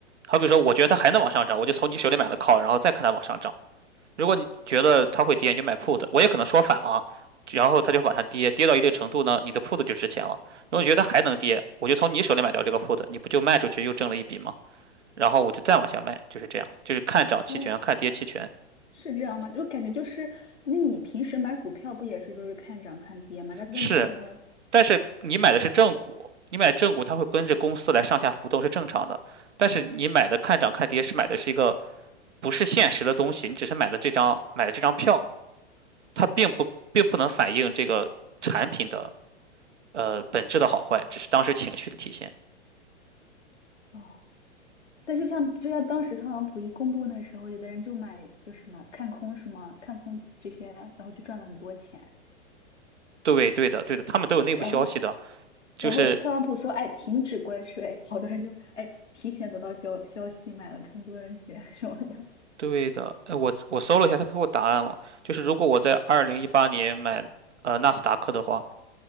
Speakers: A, on the right (about 75°); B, on the left (about 85°).
A: 好比说，我觉得它还能往上涨，我就从你手里买了 call，然后再看它往上涨。如果你觉得它会跌，你就买 put。我也可能说反了啊，然后它就往下跌，跌到一定程度呢，你的 put 就值钱了。如果你觉得它还能跌，我就从你手里买掉这个 put，你不就卖出去又挣了一笔吗？然后我就再往下卖，就是这样，就是看涨期权，
B: 哦
A: 看跌期权，
B: 是这样吗？就感觉就是那你平时买股票不也是就是看涨看跌吗？但是
A: 是
B: put 和
A: 但是你买的是正股，你买正股它会跟着公司来上下浮动是正常的。但是你买的看涨看跌是买的是一个不是现实的东西，你只是买的这张买的这张票，它并不并不能反映这个产品的呃本质的好坏，只是当时情绪的体现。
B: 哦但就像就像当时特朗普一公布那时候，有的人就买就是什么看空是吗？看空这些，然后就赚了很多钱。
A: 对，对的，对的，他们都有内部消息的，
B: 然后
A: 就是
B: 然后特朗普说，哎，停止关税，<laughs> 好多人就哎提前得到消消息买了看多那些 <laughs> 什么的，
A: 对的。呃，我我搜了一下，他给我答案了，就是如果我在二零一八年买呃纳斯达克的话，